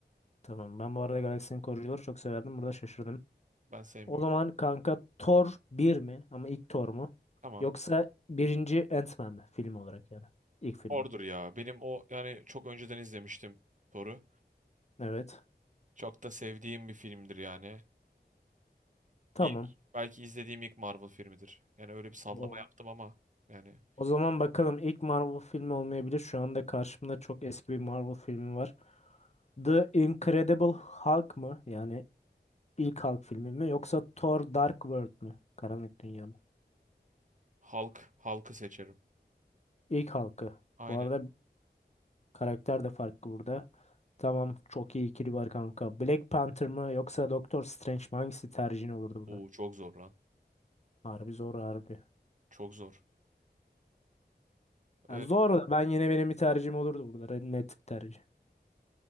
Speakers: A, on the left; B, on the right.
A: Tamam. Ben bu arada Galaksinin koruyucuları çok severdim. Burada şaşırdım.
B: Ben sevmiyorum.
A: O zaman kanka Thor bir mi? Ama ilk Thor mu?
B: Tamam.
A: Yoksa birinci Ant-Man mi? Film olarak yani. İlk film
B: Thor'dur
A: mi?
B: ya. Benim o yani çok önceden izlemiştim Thor'u.
A: Evet.
B: Çok da sevdiğim bir filmdir yani.
A: Tamam.
B: İlk belki izlediğim ilk Marvel filmidir. Yani öyle bir sallama
A: O,
B: yaptım ama yani
A: o zaman bakalım ilk Marvel filmi olmayabilir. Şu anda karşımda çok eski bir Marvel filmi var. The Incredible Hulk mı? Yani ilk Hulk filmi mi? Yoksa Thor Dark World mü? Karanlık Dünya mı?
B: Hulk, Hulk'ı seçerim.
A: İlk Hulk'ı.
B: Aynen.
A: Bu arada Karakter de farklı burada. Tamam çok iyi ikili var kanka. Black Panther mı yoksa Doctor Strange mi? Hangisi tercihin olurdu burada?
B: Oo çok zor lan.
A: Harbi zor harbi.
B: Çok zor. Ee,
A: Ya zor da ben yine benim bir tercihim olurdu burada. Red- Net bir tercih.